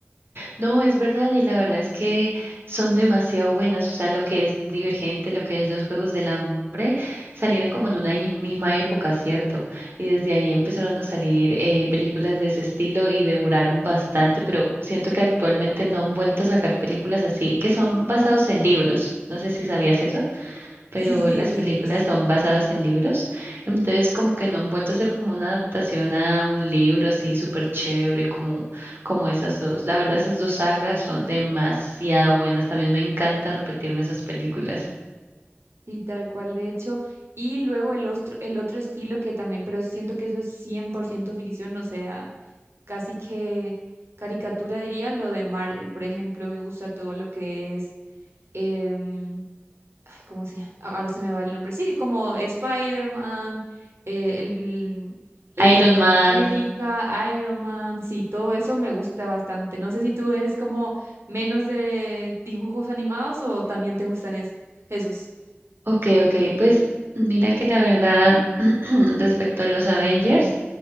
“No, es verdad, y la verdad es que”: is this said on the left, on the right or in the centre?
Right